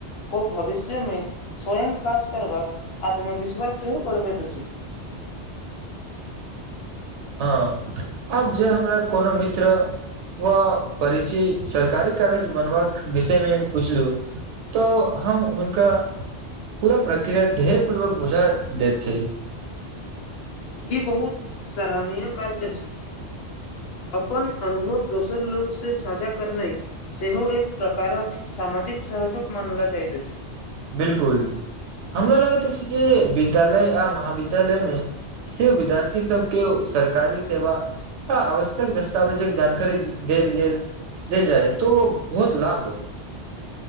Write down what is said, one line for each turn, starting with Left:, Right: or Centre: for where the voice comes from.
Left: ओ भविष्यमे स्वयं काज करबाक आत्मविश्वास सेहो बढ़बैत अछि
Right: हँ आब जे हमरा कोनो मित्र व परिचय सरकारी कागज बनबाक विषय मे पुछलु तऽ हम हुनका पूरा प्रक्रिया धेर्य पूर्वक बुझा देैत छै
Left: ई बहुत सराहनीय कार्ज छै अपन अनुभव दोसर लोक से साझा करनाइ सेहो एक प्रकारक सामाजिक सहजुक मानल जाइत अछि
Right: बिलकुल हमरा लगैत अछि जे विद्यालय आ महाविद्यालय मे से विद्यार्थी सबके सरकारी सेवा ह आवश्यक दस्तावेजक जानकारी देल गेल देल जाइ तो बहुत लाभ होयत